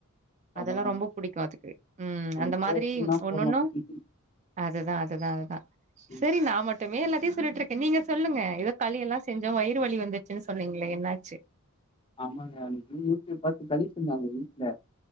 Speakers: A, on the left; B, on the right.
A: பரவாயில்ல
B: அதெல்லா ரொம்ப புடிக்கு அதுக்கு ம்
A: ஹெல்த்தியாக
B: அந்த மாதிரி
A: எடுத்துக்கினா
B: ஒன்னொண்ணு
A: போதும்
B: அதுதா அதுதா அதுதா
A: ம்
B: செரி நா மட் டுமே எல்லாத்தையு சொல்லிட்ருக்கேன் நீங்க சொல்லுங்க எதோ களி எல்லா செஞ்சோ வயிறு வலி வந்துச்சுன்னு சொன்னீங்களே என்னாச்சு
A: ஆமாங்க அன்னிக்கி யூடியூப் பாத்து களி செஞ்சாங்க வீட்ல